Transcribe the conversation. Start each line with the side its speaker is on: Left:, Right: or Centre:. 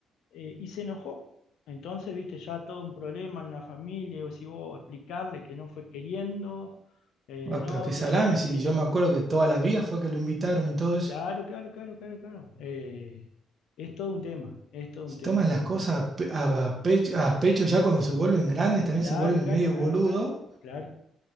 Left: eh, y se enojó. Entonces, viste, ya todo un problema en la familia, o si vos explicarle que no fue queriendo, eh,
Right: Ah,
Left: no,
Right: pero qué salame,
Left: que ya no me
Right: si
Left: tienen,
Right: yo me acuerdo que todas las vidas fue que lo invitaron y todo eso.
Left: Claro, claro, claro, claro, claro. Eh, es todo un tema, es todo
Right: Si
Left: un tema,
Right: toman
Left: es todo
Right: las
Left: un
Right: cosas
Left: tema.
Right: a, pe- a- a pecho, a pecho ya cuando se vuelven grandes, también
Left: Claro,
Right: se vuelven
Left: claro,
Right: medio
Left: claro,
Right: boludo
Left: claro, claro.